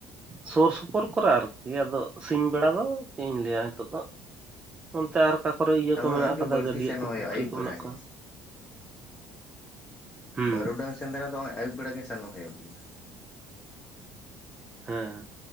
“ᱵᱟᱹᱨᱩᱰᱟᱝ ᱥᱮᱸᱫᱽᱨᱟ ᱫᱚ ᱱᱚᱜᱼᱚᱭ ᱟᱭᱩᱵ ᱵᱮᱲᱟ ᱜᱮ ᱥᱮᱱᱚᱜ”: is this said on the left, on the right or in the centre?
Left